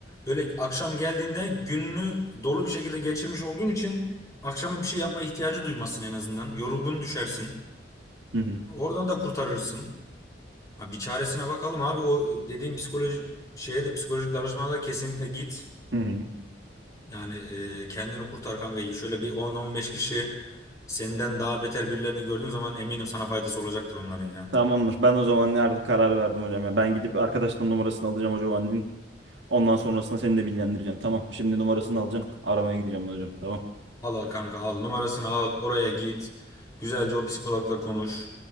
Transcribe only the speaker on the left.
Böyle akşam geldiğinde gününü dolu bir şekilde geçirmiş olduğun için akşama bir şey yapma ihtiyacı duymazsın en azından. Yorgun düşersin.
Oradan da kurtarırsın. Ha, bir çaresine bakalım abi. O dediğim psikoloji şeye de psikolojik danışmana da kesinlikle git.
Yani e, kendini kurtar kanka. Şöyle bir 10-15 kişi senden daha beter birilerini gördüğün zaman eminim sana faydası olacaktır onların ya.
Al al kanka al numarasını al oraya git. Güzelce o psikologla konuş.